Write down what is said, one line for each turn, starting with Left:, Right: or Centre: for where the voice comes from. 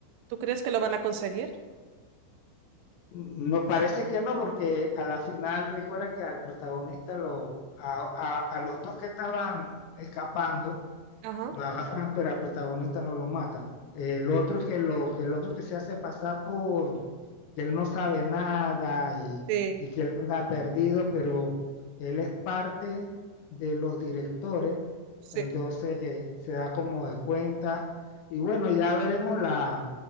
Right: tú crees que lo van a conseguir?
Left: Mm, No parece que no, porque a la final recuerda que al protagonista, lo, a, a- a los dos que estaban escapando,
Right: Ajá,
Left: lo agarran, pero al protagonista no lo matan. El otro que lo, que el otro que se hace pasar por que él no sabe nada y,
Right: sí,
Left: y que él anda perdido, pero él es parte de los directores,
Right: sí.
Left: entonces eh, se da como de cuenta. Y bueno, ya veremos la,